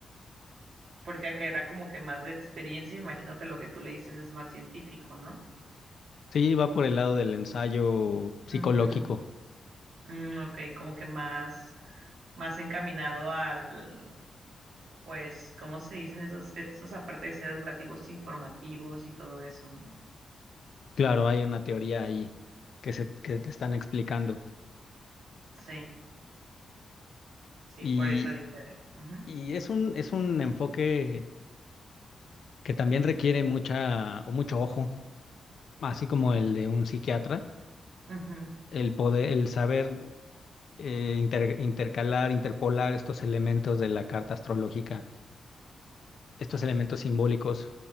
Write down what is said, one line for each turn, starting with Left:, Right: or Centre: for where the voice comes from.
Right: Porque acá era como que más de experiencia, y me imagino que lo que tú leíste es más científico, ¿no?
Left: Sí, va por el lado del ensayo psicológico.
Right: Ujú. Mm, ok, como que más, más encaminado al, pues, ¿cómo se dicen esos textos? Aparte de ser educativos, informativos y todo eso, ¿no?
Left: Claro, hay una teoría ahí que se, que te están explicando.
Right: Sí, sí,
Left: Y,
Right: por eso dije. Ujú,
Left: y es un, es un enfoque que también requiere mucha, o mucho ojo, así como el de un psiquiatra,
Right: ujú,
Left: el poder, el saber eh, inter- intercalar, interpolar estos elementos de la carta astrológica, estos elementos simbólicos